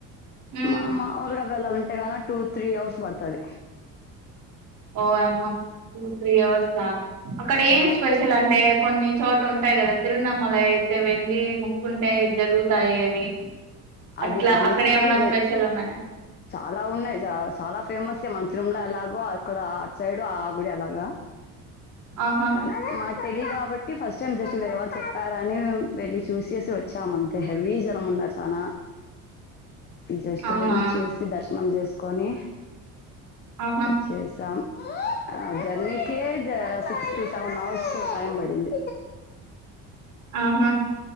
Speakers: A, on the right (about 55°); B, on the left (about 30°).
A: హ్మ్.
B: మా మా వెళ్ళాలంటేగాన టూ త్రీ అవర్స్ పడతాది
A: ఓ యమ్మా టూ త్రీ అవర్స్ ఆ అక్కడ
B: చాలా
A: ఏం స్పెషల్ అంటే కొన్ని చోట ఉంటాయి కదా తిరునామల అయితే వెళ్ళి మొక్కుంటే జరుగుతాయి అని
B: అది
A: అట్లా
B: నాకు
A: అక్కడ
B: ఇంకా
A: ఏమైనా
B: తెలీదు నే
A: స్పెషల్ ఉన్నాయా
B: చాలా ఉన్నాయి చ చాలా ఫేమస్ ఏ మన తిరు ఎలాగో అక్కడ ఆ అటు సైడు ఆ గుడి అలాగా
A: ఆహా
B: కానీ మా తెలిదు కాబట్టి ఫస్ట్ టైం జస్ట్ వేరే వాళ్ళు చెప్పారని వెళ్ళి చూసేసి వచ్చాం అంతే హెవీ జనం ఉన్నారు చానా జస్ట్
A: అవునా
B: వెళ్లి చూసి దర్శనం చేసు కోనీ
A: ఆహా
B: వచ్చేసాం ఆ జన్మకే జ six to seven hours time పడింది
A: ఆహా